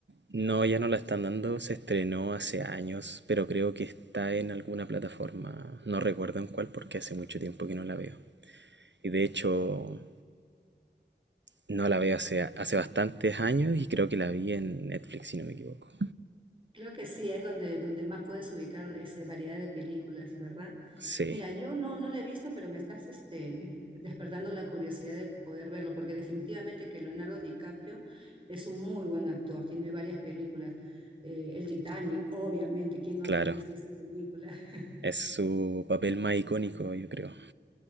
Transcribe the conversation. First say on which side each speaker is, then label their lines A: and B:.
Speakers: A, on the right; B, on the right.
A: no, ya no la están dando, se estrenó hace años, pero creo que está en alguna plataforma, no recuerdo en cuál porque hace mucho tiempo que no la veo. Y de hecho, No la veo hace, hace bastantes años y creo que la vi en Netflix, si no me equivoco.
B: Creo que sí, es donde, donde más puedes ubicar esa variedad de películas, ¿verdad?
A: Sí,
B: Mira, yo no, no la he visto, pero me estás este, despertando la curiosidad de poder verlo, porque definitivamente que Leonardo DiCaprio es un muy buen actor, tiene varias películas. Eh, El Titanic, obviamente, ¿quién no
A: claro.
B: habrá visto esa película? <laughs>
A: Es su papel más icónico, yo creo.